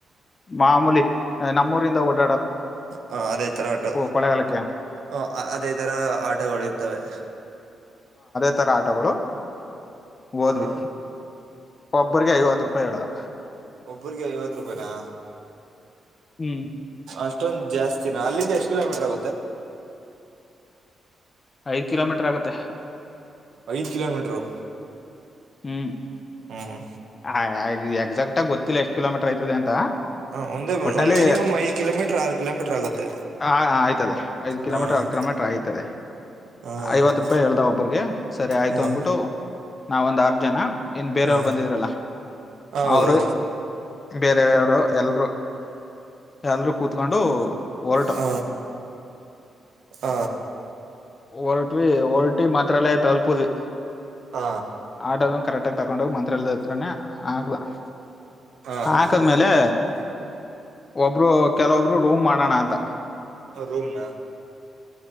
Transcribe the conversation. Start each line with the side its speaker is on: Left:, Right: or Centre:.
Left: ಮಾಮೂಲಿ ನಮ್ಮ <unintelligible>
Right: ಹ ಅದೇ ತರ ಆಟೋ
Left: ಕೊಳ್ಳೆಗಾಲಕ್ಕೆ
Right: ಹ ಅದೇ ತರ ಆಟಗಳು ಇರ್ತವೆ.
Left: ಇ ತರ ಆಟಗಳು ಓೋದ್ವಿ
Right: ಹ
Left: ಒಬ್ಬ್ರಿಗೆ ಐವತ್ತು ರೂಪಾಯಿ ಹೇಳಲ್ಲ
Right: ಒಬ್ರರಿಗೆ ಐವತ್ತು ರೂಪಾಯಿಿನಾ
Left: ಹ್ಮ್
Right: ಅಷ್ಟೊಂದ್ ಜಾಸ್ತಿನ ಅಲ್ಲಿಂದ ಎಷ್ಟ್ ಕಿಲೋಮೀಟರ್ ಆಗುತ್ತೆ
Left: ಐದ ಕಿಲೋಮೀಟರ್ ಆಗುತ್ತೆ
Right: ಐದ್ ಕಿಲೋಮೀಟರು
Left: ಹ್ಮ್
Right: ಹ್ಮ್
Left: ಆಯ ಆಯ್ ಈ ಎಕ್ಸಾಕ್ ಆಗ ಗೊತ್ತಿಲ್ಲ ಎಷ್ಟ ಕಿೋಮೀಟರ್ ಆಯತದೆ ಅಂತ
Right: ಹ ಒಂದೇ
Left: ಒಟ್ಟಲ್ಲಿ
Right: ಒಂದ್ ಮಿನಿಮಮ್ ಐದ್ ಕಿಲೋಮೀಟರ್ ಆರು ಕಿಲೋಮೀಟರ್ ಆಗುತ್ತೆ
Left: ಹ ಆಯ್ತದೆ ಐದು ಕಿಲೋಮೀರ್
Right: ಹ
Left: ಕಿಲೋಮೀಟರ್ ಆಯ್ತದೆ
Right: ಹ
Left: ಐವತ್ತು ರೂಪಾಯಿ ಹೇಳ್ದ ಒಬ್ಬ್ರಿಗೆ ಸರಿ ಆಯ್ತು
Right: ಹ
Left: ಅನ್ಬಿಟ್ಟು ನಾವ ಒಂದು್ ಆರು ಜನ ಇನ್ ಬೇರೆಯವರು
Right: ಹ
Left: ಬಂದಿದ್ರಲ್ಲ
Right: ಹೌದು
Left: ಅವರು ಬೇರೆವರು ಎಲ್ ಎಲ್ರೂ ಕೂತ್ಕೊಂಡು ಹೊರಟ
Right: ಹ ಹ
Left: ಒರಟವಿ ಒರಟಿ ಮಾತ್ರ ತಂಪುಡ್ವಿ
Right: ಹ
Left: ಆದ ಕರೆಕ್ಟ್ ಆಗಿ ತಕೊಂಡೋಗ್ ಮಂತ್ರರಿಲ್ ಹತ್ರನೆ ಆಗದ
Right: ಹ ಹ
Left: ಹಾಕದ್ಮೇಲೆ ಒಬ್ರು ಕೆಲವೊಬ್ರು ರೂಮ್ ಮಾಡೋಣ ಅಂತ
Right: ರೂಮನ